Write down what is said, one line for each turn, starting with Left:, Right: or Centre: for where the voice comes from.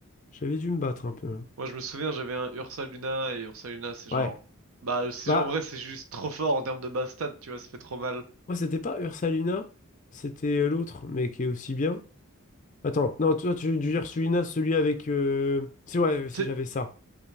Left: j'avais dû me battre un peu.
Right: Moi, je me souviens, j'avais un Ursa Luna et Ursa Luna, c'est
Left: Ouais.
Right: genre, bah, c'est
Left: Bah,
Right: en vrai, c'est juste trop fort en termes de base stat, tu vois, ça fait trop mal.
Left: moi, c'était pas Ursalina, c'était euh, l'autre, mais qui est aussi bien. Attends, non, toi, tu as dû dire Sulina, celui avec. euh, Si, ouais, si
Right: Tu sais,
Left: j'avais ça.